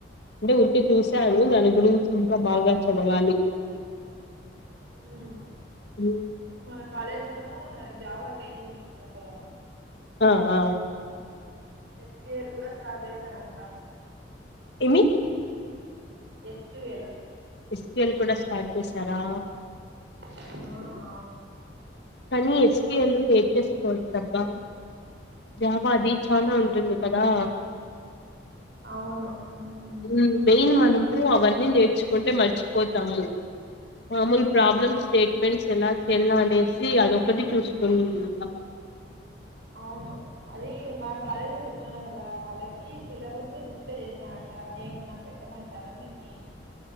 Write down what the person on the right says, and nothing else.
హ్మ్.
మన కాలేజ్ లో జావా ట్రైనింగ్ ఇస్తున్నారు కదా
ఎస్ సి ఎల్ కూడా స్టార్ట్ చేసారంట వాళ్ళకి
ఎస్ టూ వెల్
ఆ
అవును హ్మ్.
ఆ!
అవును అది మన కాలేజీలో చెప్తున్నారు కదా వాళ్ళకి సిలబస్ డిస్ప్లే చేస్తారాంట అదేమనా పెట్టమంటారా మీకి